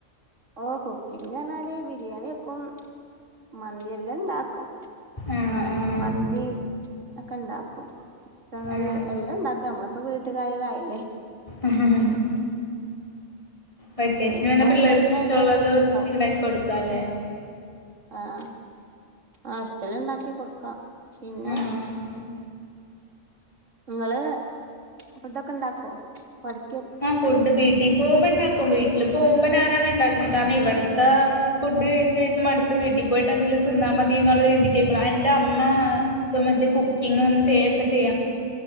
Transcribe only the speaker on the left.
ആഹ് ആഹ്
ആഹ്
ആ ഹ <unintelligible> വെക്കേഷന്
വന്ന
പിള്ളേർക്ക്
ഇഷ്ടമുള്ളത്
ഇണ്ടാക്കി കൊടുക്കാം ഇല്ലേ
ആഹ്
ആഹ് ഫുഡ് വീട്ടിൽ പോകുമ്പോ ഇണ്ടാക്കും വീട്ടില് പോകുമ്പോ ഞാനാണ് ഇണ്ടാക്കുന്നത് കാരണം ഇവിടത്തെ ഫുഡ് കഴിച്ച് കഴിച്ച് മടുത്ത് വീട്ടിൽ പോയിട്ട് എന്തെങ്കിലും തിന്നാൽ മതി എന്നുള്ള രീതി <unintelligible> എന്റെ അമ്മ ഇപ്പ മറ്റേ കുക്കിംഗ്‌ <unintelligible> ചെയ്യാം